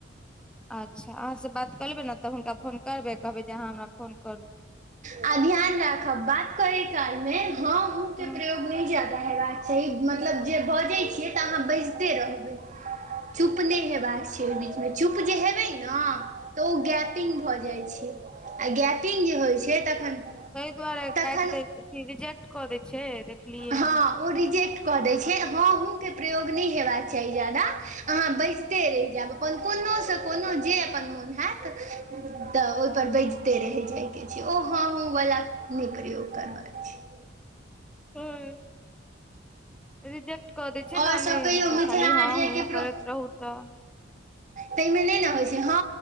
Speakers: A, in the centre; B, on the right (about 40°).
A: अच्छा अहाँसँ बात करऽ लेबै ने तऽ हुनका फोन करबै कहबै जे अहाँ हमरा फोन करू
B: आ ध्यान राखब बात करै कालमे हँ ह के
A: हँ
B: प्रयोग नहि जादा हेबाक चाही मतलब जे बजै छियै तऽ अहाँ बजिते रहबै चुपने हेबाक छय बि चुप जे हेबै ने तऽ ओ गैपिंग भऽ जाइ छै आ गैपिंग जे होइ छै तखन
A: तहि दुआरे
B: तखन
A: काटि दै अथी रिजेक्ट कऽ दै छै देखलियै
B: हँ
A: ने
B: ओ रिजेक्ट कऽ दै छै हहूँके प्रयोग नहि हेबाक चाही जा अाँ बे रहिब कोसँ को जे अपन मोन होैत तऽ ओहिपर बजिते रहि जाइके छै ओ हं हूं वला नहि प्रयोग करबाक छै
A: ह रिजेक्ट कऽ दै छै
B: और
A: ने
B: सब
A: नहि
B: कहियौ
A: मतलब
B: मिथिला
A: खाली
B: हाट
A: हँ
B: जायके
A: हूं
B: प्रो
A: करैत रहू तऽ <inaudible>
B: ताहिमे नहि ने होइत छै हँ